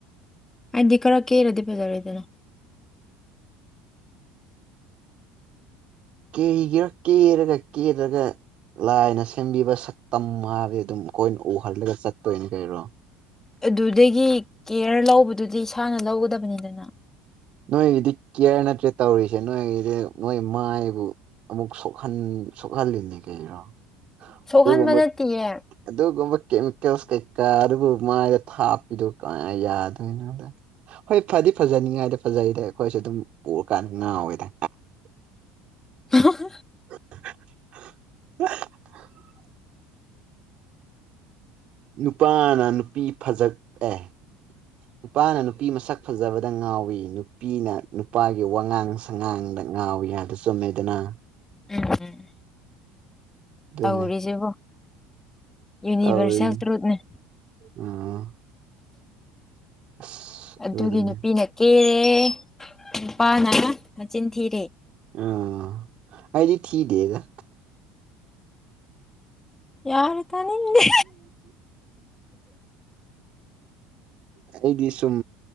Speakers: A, on the left; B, on the right.
A: ꯍꯥꯏꯗꯤ ꯈꯔ ꯀꯦꯔꯗꯤ ꯐꯖꯔꯣꯏꯏꯗꯅꯣ
B: ꯀꯦꯒꯦꯔ ꯀꯦꯔꯒ ꯀꯦꯔꯒ ꯂꯥꯏꯅ ꯁꯦꯝꯕꯤꯕ ꯁꯛꯇꯝ ꯍꯥꯏꯕꯗꯤ ꯑꯗꯨꯝ ꯑꯩꯈꯣꯏꯅ ꯎꯍꯜꯂꯒ ꯆꯠꯇꯣꯏꯅꯤ ꯀꯩꯔꯣ
A: ꯑꯗꯨꯗꯒꯤ ꯀꯦꯌꯔ ꯂꯧꯕꯗꯨꯗꯤ ꯏꯁꯥꯅ ꯂꯧꯒꯗꯕꯅꯤꯗꯅ
B: ꯅꯣꯏꯒꯤꯗꯤ ꯀꯦꯌꯔ ꯅꯠꯇ꯭ꯔꯦ ꯇꯧꯔꯤꯁꯦ ꯅꯣꯏꯒꯤꯗꯤ ꯅꯣꯏ ꯃꯥꯏꯕꯨ ꯑꯃꯨꯛ ꯁ ꯁꯣꯛꯍꯜꯂꯤꯅꯤ ꯀꯔꯣ
A: ꯁꯣꯛꯍꯟꯕ
B: ꯑꯗꯨꯒꯨꯝꯕꯥ
A: ꯅꯠꯇꯤꯌꯦ
B: ꯑꯗꯨ ꯀꯝꯕ ꯀꯦꯃꯤꯀꯦꯜꯁ ꯀꯩꯀꯥ ꯑꯗꯨꯕꯨ ꯃꯥꯏꯗ ꯊꯥꯞꯄꯤꯗꯨꯣ ꯀꯌꯥ ꯌꯥꯗꯣꯏꯅꯣꯗ ꯍꯣꯏ ꯐꯗꯤ- ꯁꯤ ꯐꯖꯅꯤꯡꯉꯥꯏꯗꯤ ꯐꯖꯩꯗ ꯑꯩꯈꯣꯏꯁꯨ ꯑꯗꯨꯝ ꯄꯨꯔꯀꯥꯟꯗ ꯉꯥꯎꯋꯤꯗ
A: <unintelligible>
B: <unintelligible> ꯅꯨꯄꯥꯅ ꯅꯨꯄꯤ ꯐꯖꯛꯑꯦ ꯅꯨꯄꯥꯅ ꯅꯨꯄꯤ ꯃꯁꯛ ꯐꯖꯕꯗ ꯉꯥꯎꯏꯤ ꯅꯨꯄꯤꯅ ꯅꯨꯄꯥꯒꯤ ꯋꯥꯉꯥꯡ ꯁꯉꯥꯡꯗ ꯉꯥꯎꯋ ꯍꯥꯏꯗꯨ ꯆꯨꯝꯃꯦꯗꯅ
A: ꯎꯝ
B: ꯑꯗꯨꯅꯦ
A: ꯇꯧꯔꯤꯁꯤꯕꯣ ꯌꯨꯅꯤꯚꯔꯁꯦꯜ
B: ꯇꯧꯔꯤꯅꯦ
A: ꯇ꯭ꯔꯨꯠꯅꯦ
B: ꯑꯥ ꯑꯁ
A: ꯑꯗꯨꯒꯤ
B: ꯑꯗꯨꯗꯨꯅꯦ
A: ꯅꯨꯄꯤꯅ ꯀꯦꯔꯦ ꯅꯨꯄꯥꯅ ꯃꯆꯤꯟ ꯊꯤꯔꯦ
B: ꯑ ꯑꯩꯗꯤ ꯊꯗꯦꯒ
A: ꯌꯥꯔ ꯇꯅꯤꯗꯦ
B: ꯑꯩꯗꯤ ꯁꯨꯝ